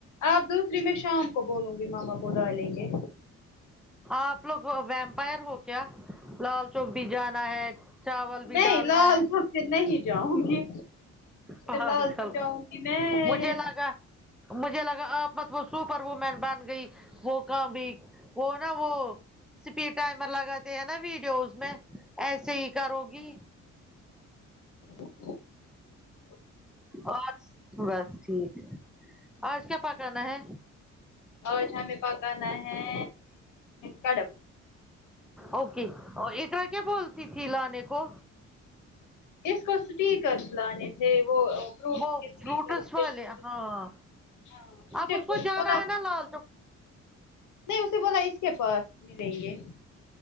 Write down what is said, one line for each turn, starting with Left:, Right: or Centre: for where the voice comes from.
Left: آپ دوسری میں شام کو بولوں گی ماما کو ڈالیں گے
Centre: آپ لوگ ویمپائر ہو کیا لال چوک بھی جانا ہے چاول بھی
Left: نہیں
Centre: ڈالنا
Left: لال
Centre: ہے
Left: تو پھر نہیں جاؤں گی
Centre: پاگل
Left: پھر لال چوک جاؤں گی میں
Centre: مجھے لگا مجھے لگا آپ مت وہ سوپر وومین بن گئی وہ کام بھی وہ نہ وہ اسپیڈ ٹائمر لگاتے ہیں نا ویڈیوز میں ایسے ہی کرو گی
Left: <inaudible>
Centre: اور بس ٹھیک ہے آج کیا پکانا ہے
Left: آج ہمیں پکانا ہے کڑم
Centre: اوکے اور اقراء کیا بولتی تھی لانے کو
Left: اس کو سٹی کر لانے تھے وہ فروٹ
Centre: وہ
Left: کے اسٹیکرس
Centre: فروٹس والے ہاں
Left: ہاں مجھے
Centre: اب اس
Left: بولا
Centre: کو جانا ہے نا لال تو <inaudible>
Left: نہیں اسے بولا اس کے پاس ملیں گے